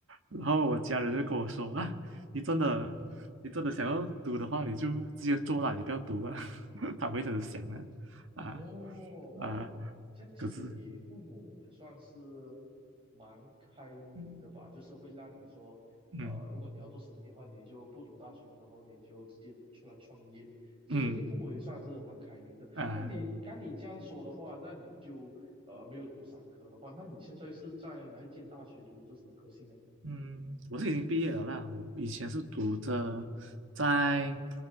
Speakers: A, on the right (about 70°); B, on the right (about 25°).
A: 然后我家人就跟我说啊，
B: 嗯。
A: 你真的你真的想要读的话，你就直接做啦，你不要读啊。<laughs> 他们会这直想啊啊
B: 哦，
A: 啊，
B: 哇，这样其实你父母也算是
A: 可是。
B: 蛮开明的吧，
A: 嗯
B: 就是会让你说，
A: 嗯
B: 呃，如果你要做生意的话，你就不读大学，然后你就直接出来创业。其实你父母也算是蛮开明的。
A: 嗯啊
B: 那你刚你这样说的话，那你就呃没有读商科的话，那你现在是在哪一间大学读这什么科系呢？
A: 嗯，我是已经毕业了啦。我以前是读着在